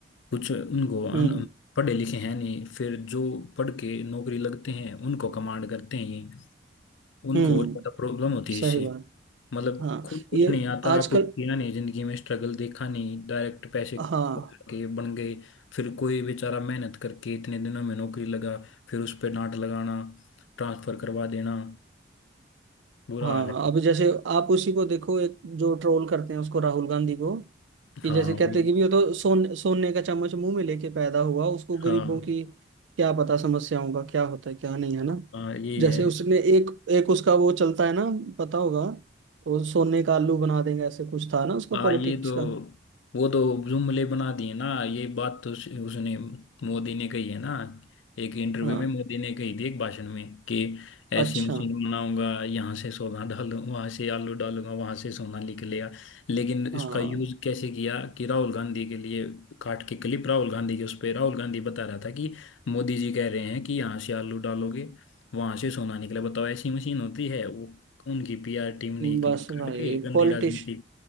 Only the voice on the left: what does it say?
कुछ उनको अन
पढ़े लिखे हैं नहीं फिर जो पढ़ के नौकरी लगते हैं उनको कमांड करते हैं उनको
और ज्यादा प्रॉब्लम होती है
इससे
मतलब
खुद कुछ
नहीं आता
कुछ किया नहीं जिंदगी में स्ट्रगल देखा नहीं डायरेक्ट पैसे
खा के बन गए फिर कोई बेचारा मेहनत करके इतने दिनों में नौकरी लगा फिर उस पे डांट लगाना ट्रांसफर करवा देना बुरा
हाल है
हाँ
वही
हाँ
हाँ यही
है
हाँ
ये तो
वो तो जुमले बना दिए ना ये बात तो उस, उसने मोदी ने कही है ना एक इंटरव्यू
में मोदी ने कही थी एक भाषण में कि ऐसी
मशीन बनाऊंगा यहाँ से सोना डालू वहां से आलू डालूंगा वहां से सोना निकलेगा लेकिन
इसका यूज कैसे किया कि राहुल गांधी के लिए काट के क्लिप राहुल गांधी के उस पे राहुल गांधी बता रहा था कि मोदी जी कह रहे हैं कि यहाँ से आलू डालोगे वहां से सोना निकले बताओ ऐसी मशीन होती है वो उनकी पीआर टीम ने क्लिप
काट
के गंदी
राजनीति